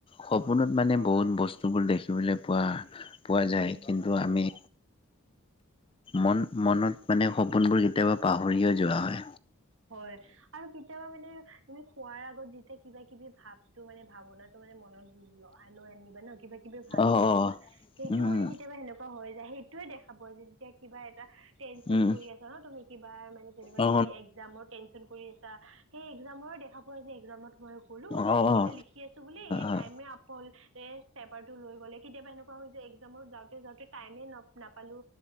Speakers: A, on the left; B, on the right.
A: সপোনত মানে
B: হয়
A: বহুত বস্তুবোৰ দেখিবলৈ পোৱা, পোৱা যায়
B: উম
A: কিন্তু ন্তু আমি মন মনত মানে সপোনবোৰ কেতিয়াবা পাহৰিও যোৱা হয়।
B: হয় আৰু কেতিয়াবা মানে তুমি শুৱাৰ আগত যেতিয়া কিবা-কিবি ভাৱটো মানে, ভাৱনাটো মানে মনত বুজ লৈ, লৈ আনিম যাই ন, কিবা-কিবি ভাবি
A: অ
B: থাকিবা,
A: অ
B: সেইটোও
A: উম
B: মানে কেতিয়াবা সেনেকোৱা অ' হৈ যায় সেইটোয়ে দেখা পোৱা যায়, যেতিয়া কিবা এটা টেনচন
A: উম
B: কৰি আছা ন তুমি কিবা মানে নে যেনিবা
A: অ
B: তুমি একযামৰ টেঞ্চন কৰি আছা, এই একযামৰ দেখা পোৱা যায়, একযামত মই গ'লো
A: অ
B: কিবা
A: অ
B: লিখি আছো বুলি, এই
A: অ',
B: টাইমে আপ হ'ল, এ পেপাৰ টো লৈ গ'লে, অ' কেতিয়াবা এনেকুৱা ৱা একযামত যাওঁতে, যাওঁতে টাইম না-নাপালো